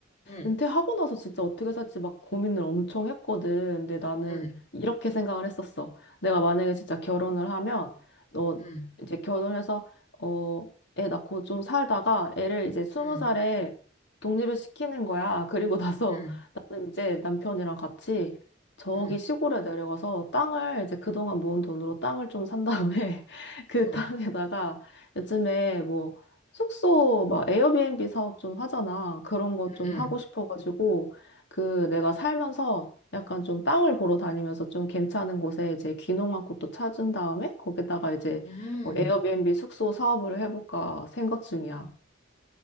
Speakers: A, on the left; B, on the left.
A: 응,
B: 은퇴하고 나서 진짜 어떻게 살지 막 고민을 엄청 했거든. 근데 나는
A: 응,
B: 이렇게 생각을 했었어. 내가 만약에 진짜 결혼을 하면, 어,
A: 응,
B: 이제 결혼해서, 어, 애 낳고 좀 살다가 애를 이제 스무
A: 응,
B: 살에 독립을 시키는 거야. <laughs> 그리고 나서
A: 응,
B: 나는 이제 남편이랑 같이 저기
A: 응,
B: 시골에 내려가서 땅을 이제 그동안 모은 돈으로 땅을 좀 산 다음에 <laughs> 그
A: 응,
B: 땅에다가 요즘에 뭐 숙소 막 에어비앤비 사업 좀 하잖아. 그런 거
A: 응,
B: 좀
A: 응.
B: 하고 싶어가지고 그 내가 살면서 약간 좀 땅을 보러 다니면서 좀 괜찮은 곳에 이제 귀농한 곳도 찾은 다음에 거기다가 이제
A: 음.
B: 어, 에어비앤비 숙소 사업을 해볼까 생각 중이야.